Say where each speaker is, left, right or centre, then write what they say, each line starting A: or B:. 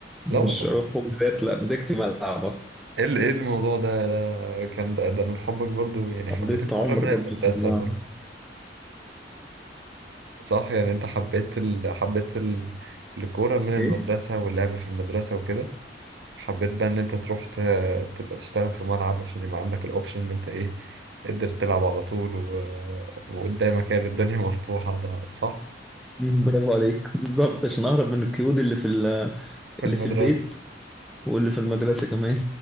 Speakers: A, in the centre; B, on the right.
A: مش
B: لا والله
A: أروح حجوزات لا مسكت ملعب أصلا
B: ايه ال- ايه الموضوع ده ده كان ده, ده من حبك برضو يعني
A: قضيت
B: حبيت الكورة
A: عمر
B: من
A: برضه
B: المدرسة
A: في الملعب
B: برضو صح يعني انت حبيت ال... حبيت ال... الكورة من المدرسة
A: إيه؟
B: واللعب في المدرسة وكده حبيت بقى ان انت تروح ت... تبقى تشتغل في ملعب عشان يبقى عندك الاوبشن ان انت ايه تقدر تلعب على طول و... وقدامك يعني الدنيا مفتوحة ده صح
A: مم، برافو عليك <laughs> بالظبط عشان أهرب من القيود اللي في ال-
B: في
A: اللي
B: المدرسة
A: في البيت واللي في المدرسة كمان